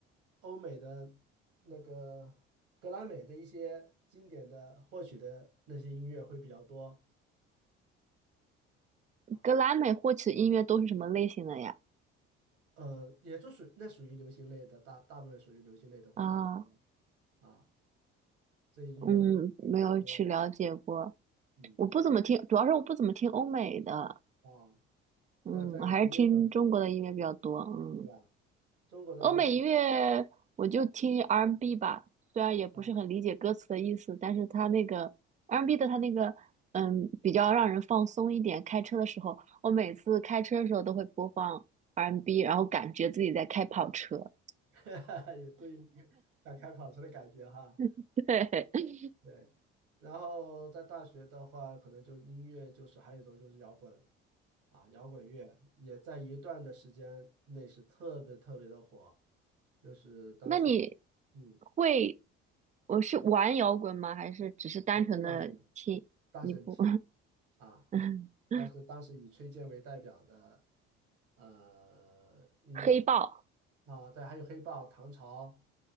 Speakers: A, on the right (about 65°); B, on the right (about 25°).
A: 欧美的那个格莱美的一些经典的获取的那些音乐会比较多啊，
B: 格莱美获取的音乐都是什么类型的呀？
A: 呃，也就属那属于流行类的，大大部分属于流行类的会比较多
B: 啊，
A: 啊，这音乐剧会比较多，
B: 嗯，没有去了解过，
A: 嗯，
B: 我不怎么听，主要是我不怎么听欧美的，
A: 啊，
B: 嗯，
A: 那在国内的
B: 还是听中国的音乐比较多，嗯，
A: 是吧？中国的话，
B: 欧美音乐我就听 R&B 吧，虽然也不是很理解歌词的意思，
A: 啊。
B: 但是它那个 R&B 的它那个，嗯，比较让人放松一点。开车的时候，我每次开车的时候都会播放 R&B，然后感觉自己在开跑车，
A: <laughs> 也对应 <laughs> 想开跑车的感觉哈。
B: <laughs> 对。
A: 对，然后在大学的话，可能就音乐就是还有一种就是摇滚啊，摇滚乐也在一段的时间内是特别特别的火，就是当时
B: 那你
A: 嗯
B: 会，我是玩摇滚吗？还是只是单纯的听？
A: 啊后浪人大神听
B: 你不，
A: 啊，
B: <laughs>
A: 但是当时以崔健为代表的呃音乐
B: 黑豹，
A: 啊，对，还有黑豹、唐朝，